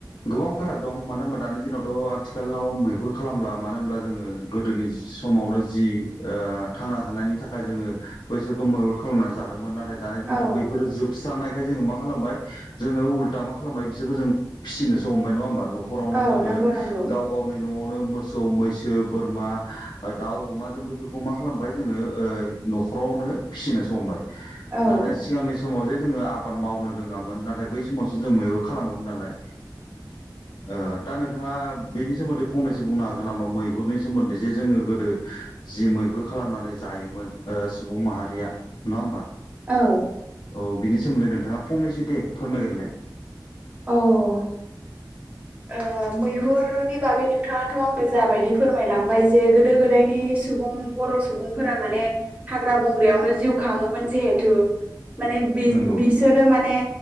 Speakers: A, on the left; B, on the right.
A: गोबां फाराग दं। मानो होनबा दानि दिनावथ' आथिखालाव मैहुर खालामब्ला मानो होनब्ला जोङो गोदोनि जि समावनो जि ओ थांना थानायनि थाखाय जोङो बैसोरखौ मैहुर खालामनानै जादोंमोन, ना थाय दानि दिनाव
B: औ
A: बैफोरो जोबस्रांनायखाय जोङो मा खालामबाय जोङो उल्था मा खालामबाय बिसोरखौ जों फिसिनोसो हमबाय नङा होमबा न' खरावनो
B: औ
A: जोङो
B: नंगौ नंगौ
A: गाव गावनि न'आवनो मो सौ-मैसो, बोरमा, दाउ, अमा जों बैफोरखौ मा खालामबाय जोङो ओ न'खरावनो नो फिसिनोसो हमबाय।
B: औ ओ
A: नाथाय सिगांनि समावजे जोङो आबाद मावनो रोङामोन। नाथाय बै समावसो जों मैहुर खालामोमोन नालाय ओ दा नोंथाङा बेनि सोमोन्दै फंनैसो बुंनो हागोन नामा मैहुरनि सोमोन्दै जे जोङो गोदो जि मैहुर खालामनानै जायोमोन सुबुं माहारिया नङा होमबा?
B: औ
A: औ बिनि सोमोन्दै नोंथाङा फंनैसो दे फोरमायग्रोलाय।
B: औ
A: <inaudible>
B: ओ मैहुरनि बागै नोंथाङाथ' आंनो जाबायदि फोरमायलांबायजे गोदो गोदायनि सुबुं बर' सुबुंफोरा माने हाग्रा बंग्रायावनो जिउ खाङोमोन जिहेथु माने
A: नंगौ
B: बिसोरो माने